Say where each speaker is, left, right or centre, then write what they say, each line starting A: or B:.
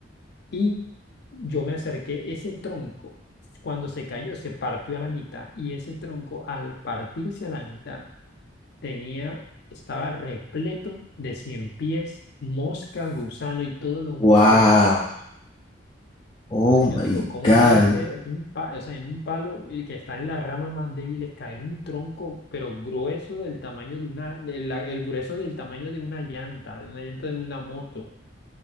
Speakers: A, on the left (about 60°); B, on the left (about 25°).
A: y yo me acerqué, ese tronco, cuando se cayó, se partió a la mitad y ese tronco al partirse a la mitad, tenía, estaba repleto de cien pies, moscas, gusanos y todos los
B: Wow.
A: insectos.
B: Oh
A: Entonces
B: my
A: yo digo, ¿cómo
B: God.
A: puede ser un pa- o sea, en un palo el que está en las ramas más débiles caer un tronco, pero grueso del tamaño de una, de la- el grueso del tamaño de una llanta, de una llanta de una moto?